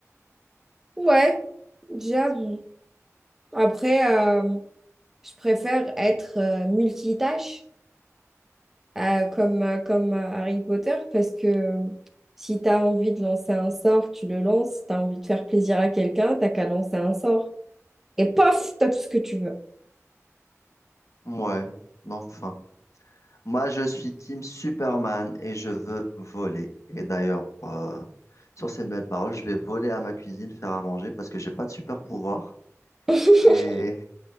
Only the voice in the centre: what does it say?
Ouais, j'avoue. Après, euh, je préfère être euh, multitâche euh, comme, euh, comme euh, Harry Potter parce que euh, si tu as envie de lancer un sort, tu le lances. Si tu as envie de faire plaisir à quelqu'un, t'as qu'à lancer un sort. Et pof, t'as tout ce que tu veux.
<laughs>